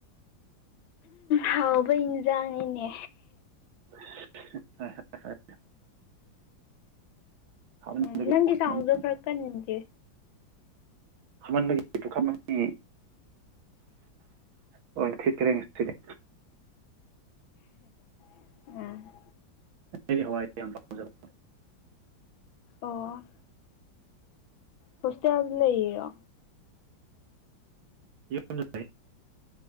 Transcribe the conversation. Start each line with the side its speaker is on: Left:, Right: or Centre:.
Left: ꯍꯥꯎꯕ ꯏꯟꯖꯥꯡꯅꯤꯅꯦ
Right: <unintelligible> ꯍꯥꯃꯟꯕꯒꯤ
Left: ꯎꯝ ꯅꯪꯒꯤ
Right: ꯄꯨꯈꯝ
Left: ꯁꯥꯎꯖꯨ
Right: ꯑꯅꯤ
Left: ꯈꯔ ꯀꯟꯒꯦ
Right: <unintelligible>
Left: ꯎꯝ
Right: ꯑꯩꯗꯤ ꯍꯋꯥꯏ ꯌꯥꯝ ꯄꯥꯝꯖꯕ
Left: ꯑꯣ ꯍꯣꯁꯇꯦꯜꯗꯥ ꯂꯩꯔꯤꯔꯣ
Right: <unintelligible>